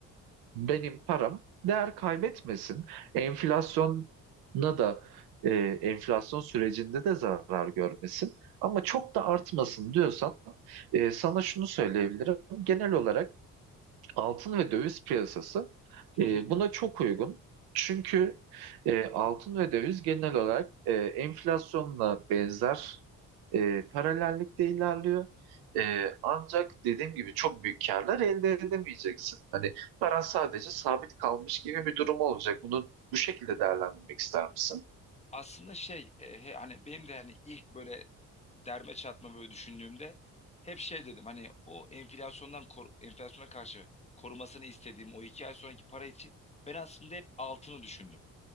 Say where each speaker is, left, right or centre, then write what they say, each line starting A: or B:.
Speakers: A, on the right; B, on the left.
A: benim param değer kaybetmesin. Enflasyona da e, enflasyon sürecinde de zarar görmesin. Ama çok da artmasın diyorsan e, sana şunu söyleyebilirim. Genel olarak Altın ve döviz piyasası
B: hı
A: e,
B: hı.
A: buna çok uygun. Çünkü e, altın ve döviz genel olarak e, enflasyonla benzer e, paralellikte ilerliyor. E, ancak dediğim gibi çok büyük karlar elde edemeyeceksin. Hani paran sadece sabit kalmış gibi bir durum olacak. Bunu bu şekilde değerlendirmek ister misin?
B: Aslında şey e, he- hani benim de hani ilk böyle derme çatma böyle düşündüğümde hep şey dedim hani o enflasyondan kor- enflasyona karşı korumasını istediğim o iki ay sonraki para için ben aslında hep altını düşündüm.